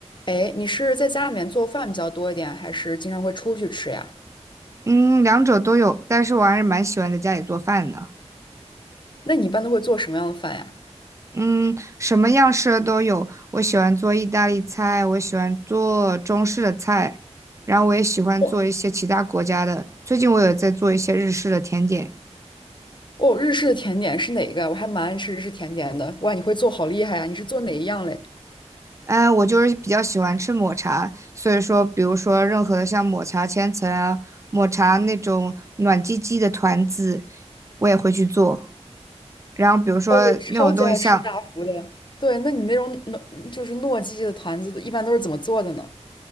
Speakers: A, on the left; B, on the right.
A: 哎，你是在家里面做饭比较多一点，还是经常会出去吃呀？
B: 嗯，两者都有，但是我还是蛮喜欢在家里做饭的。
A: 那你一般都会做什么样的饭呀？
B: 嗯，什么样式的都有，我喜欢做意大利菜，我喜欢做中式的菜，然后我也喜欢做一些其他国家的。
A: 哦，
B: 最近我有在做一些日式的甜点。
A: 哦，日式的甜点是哪个呀？我还蛮爱吃日式甜点的。哇，你会做好厉害呀！你是做哪一样嘞？
B: 哎，我就是比较喜欢吃抹茶，所以说，比如说任何的像抹茶千层啊，抹茶那种暖唧唧的团子，我也会去做。然后比如说那种东西像
A: 哦，我超级爱吃大福的。对，那你那种糯就是糯叽叽的团子，一般都是怎么做的呢？